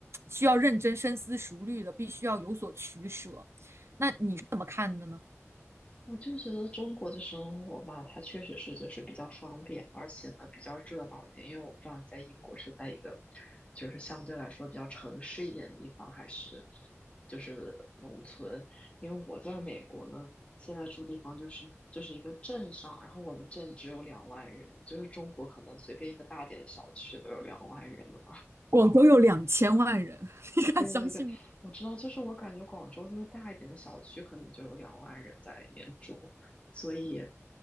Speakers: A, on the right (about 55°); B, on the left (about 25°).
A: 需要认真深思熟虑的，必须要有所取舍。那你是怎么看的呢？
B: 我就觉得中国的生活吧，它确实是就是比较方便，而且呢比较热闹一点。因为我不知道你在英国是在一个就是相对来说比较城市一点的地方，还是就是农村。因为我在美国呢，现在住地方就是就是一个镇上，然后我们镇只有两万人，就是中国可能随便一个大点的小区都有两万人了。
A: 广州有两千万人，<laughs> 你敢相信吗？
B: 对对对，我知道，就是我感觉广州就是大一点的小区，可能就有两万人在里面住，所以